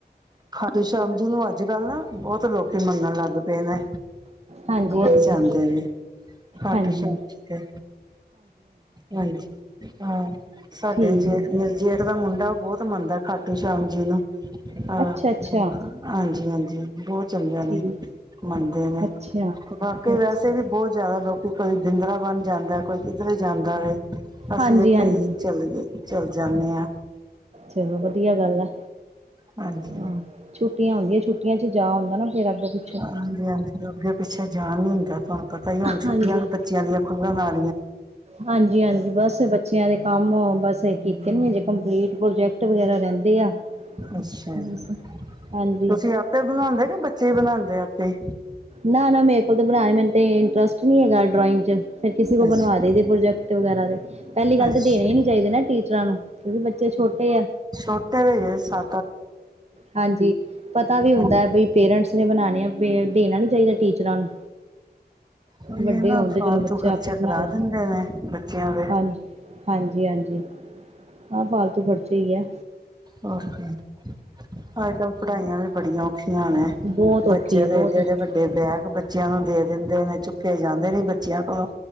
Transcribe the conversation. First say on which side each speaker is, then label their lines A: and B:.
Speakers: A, on the right (about 25°); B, on the right (about 40°).
A: ਖਾਟੂ ਸ਼ਾਮ ਜੀ ਨੂੰ ਅੱਜ-ਕੱਲ ਨਾ, ਬਹੁਤ ਲੋਕੀ ਮੰਨਨ ਲੱਗ ਪਏ ਨੇ।
B: ਹਾਂਜੀ
A: ਬੋਤ
B: ਹਾਂਜੀ
A: ਜਾਂਦੇ ਨੇ। ਖਾਟੂ
B: ਹਾਂਜੀ
A: ਸ਼ਾਮ ਜੀ ਦੇ, ਹਾਂਜੀ ਹਾਂ ਸਾਡੇ
B: ਠੀਕ
A: ਜੀ। ਜੇਠ ਦਾ ਮੁੰਡਾ ਬਹੁਤ ਮੰਨਦਾ ਖਾਟੂ ਸ਼ਾਮ ਜੀ ਨੂ ਆਂ,
B: ਅੱਛਾ ਅੱਛਾ
A: ਹਾਂਜੀ ਹਾਂਜੀ ਬਹੁਤ ਚਂਗਾ ਨੀ
B: ਠੀਕ
A: ਮੰਨਦੇ ਨੇ,
B: ਅੱਛਾ
A: ਬਾਕੀ
B: ਅੱਛਾ
A: ਵੈਸੇ ਵੀ ਬਹੁਤ ਜ਼ਿਆਦਾ ਲੋਕੀ ਕਦੀ ਵਿਰਂਦਾ ਵਨ ਜਾਂਦਾ ਕੋਈ। ਕਿਦਰੇ ਜਾਂਦਾ ਵੇ, ਅਸੀਂ
B: ਹਾਂਜੀ
A: ਇੱਥੇ
B: ਹਾਂਜੀ
A: ਹੀ ਚੱਲੇ ਗਏ, ਚੱਲ ਜਾਂਨੇ ਆਂ।
B: ਚਲੋ ਵਦਿਆ ਗੱਲ ਆ।
A: ਹਾਂਜੀ
B: ਹਾਂ ਛੁੱਟਿਆਂ ਹੁੰਦੀਆਂ ਛੁੱਟਿਆਂ ਚ ਜਾ ਹੁੰਦਾ ਨਾ ਫੇਰ ਅੱਗੋਂ ਪਿ
A: ਹਾਂਜੀ ਹਾਂਜੀ ਅੱਗੇ ਪਿੱਛੇ ਜਾਣ ਨੀ ਹੁੰਦਾ, ਤੁਹਾਨੂੰ ਪਤਾ ਹੀ ਹੁਣ
B: ਹਾਂਜੀ
A: ਛੁਟੀਆਂ ਵੀ ਬੱਚਿਆਂ ਦੀਆਂ ਖੁੱਲਣ ਆਂ
B: ਹਾਂਜੀ ਹਾਂਜੀ ਬਸ ਬੱਚਿਆਂ ਦੇ ਕੰਮਅ ਬਸ ਕੀਤੇ ਨੀ ਜੇ ਕੰਪਲੀਟ, ਪ੍ਰੋਜੈਕਟ ਵਗੈਰਾ ਰਹਿੰਦੇ ਆ।
A: ਅੱਛਾ
B: ਬਸ
A: ਜੀ,
B: ਹਾਂਜੀ
A: ਤੁਸੀਂ ਆਪੇ ਬਣਾਉਂਦੇ ਕਿ ਬੱਚੇ ਬਣਾਉਂਦੇ ਆਪੇਈ।
B: ਨਾ ਨਾ ਮੇਰੇ ਕੋਲ ਤਾਂ ਬਣਾ ਤੇ ਇੰਟਰਸਟ ਨੀ ਹੈਗਾ, ਡਰਇੰਗ ਚ ਫਿਰ ਕਿਸੇ ਕੋਲ
A: ਅੱਛਾ
B: ਬਣਵਾ ਦੇਈ ਪ੍ਰੋਜੈਕਟ। ਵਗੈਰਾ ਪਹਿਲੀ ਗੱਲ
A: ਅੱਛਾ
B: ਤਾਂ ਦੇਣੇ ਹੀ ਨੀ ਚਾਹੀ, ਟੀਚਰਾਂ ਨੂੰ, ਕਿਉਂਕਿ ਬੱਚੇ ਛੋਟੇ ਏ।
A: ਹੱਟੇ <unintelligible>
B: ਹਾਂਜੀ ਪਤਾ ਵੀ ਹੁੰਦਾਏ
A: ਹਾਂਜੀ
B: ਬਈ ਪੇਰੈਂਟਸ ਨੇ ਬਣਾਉਣੇ ਏ ਬੇ ਦੇਣਾ ਨੀ ਚਾਹੀਦਾ ਟੀਚਰਾਂ ਨੂੰ,
A: ਉਹੀ
B: ਵੱਡੇ
A: ਹੈ ਨਾ
B: ਹੋਣ ਤੇ
A: ਫਾਲਤੂ
B: ਚਲੋ ਬੱਚਾ
A: ਖਰਚੇ
B: ਆਪੇ ਬਣਾ
A: ਕਰਾ
B: ਲਏ।
A: ਦਿੰਦੇ ਨੇ ਬੱਚਿਆਂ ਦੇ।
B: ਹਾਂਜੀ ਹਾਂਜੀ ਹਾਂਜੀ ਹਾਂ ਫਾਲਤੂ ਖੜਚੇ ਹੀ ਏ।
A: ਹੋਰ ਅੱਜ ਕੱਲ ਪੜ੍ਹਾਈਆਂ ਵੀ ਬੜੀਆਂ ਔਖੀਆਂ। ਨੇ।
B: ਬਹੁਤ ਔਖੀ
A: ਬੱਚਿਆਂ
B: ਹੈ
A: ਦੇ
B: ਬਹੁਤ
A: ਏਡੇ
B: ਔਖੀ
A: ਏਡੇ ਵੱਡੇ ਬੈਗ ਬੱਚਿਆਂ ਨੂੰ ਦੇ ਦੇੰਦੇ ਨੇ ਚੁੱਕੇ ਜਾਂਦੇ ਨੀ ਬੱਚਿਆਂ ਕੋਲੋਂ।